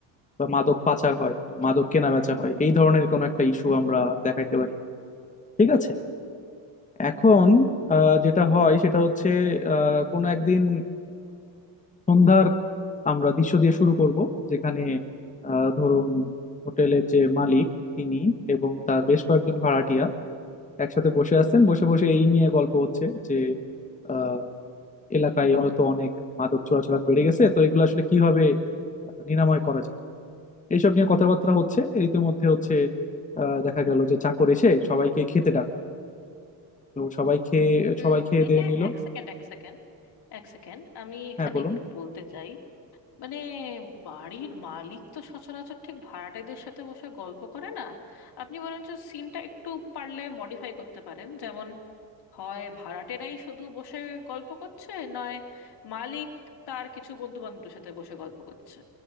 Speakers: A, on the left (about 15°); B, on the left (about 50°).
A: বা মাদক পাচার হয়
B: আচ্ছা
A: বা মাদক কেনাবেচা হয় এই ধরনের কোনো একটা ইস্যু আমরা দেখাইতে পারি ঠিক আছে
B: হুম।
A: এখন আহ, যেটা হয় সেটা হচ্ছে আহ, কোনো একদিন সন্ধ্যার আমরা দৃশ্য দিয়ে শুরু করব যেখানে আহ, ধরুন হোটেলের যে মালিক তিনি এবং তার বেশ কয়েকজন ভাড়াটিয়া একসাথে বসে আছেন বসে বসে এই নিয়ে গল্প হচ্ছে যে আহ, এলাকায় হয়তো অনেক মাদক চোরাচালান বেড়ে গেছে তো এগুলো আসলে কিভাবে আহ, নিরাময় করা যায় এইসব নিয়ে কথাবার্তা হচ্ছে এই মধ্যে হচ্ছে আহ, দেখা গেল যে চাকর এসে সবাইকে খেতে ডাকলো তো সবাই খেয়ে
B: উম,
A: সবাই খেয়ে
B: মানে
A: দিয়ে
B: এ-
A: নিল
B: এক সেকেন্ড এক সেকেন্ড এক সেকেন্ড আমি এখানে
A: হ্যাঁ বলুন
B: একটু বলতে চাই মানে বাড়ির মালিক তো সচরাচর ঠিক ভাড়াটেদের সাথে বসে গল্প করে না আপনি বরঞ্চ সিনটা একটু পারলে মডিফাই করতে পারেন যেমন হয় ভাড়াটেরাই শুধু বসে গল্প করছে নয় মালিক তার কিছু বন্ধু বান্ধবের সাথে বসে গল্প করছে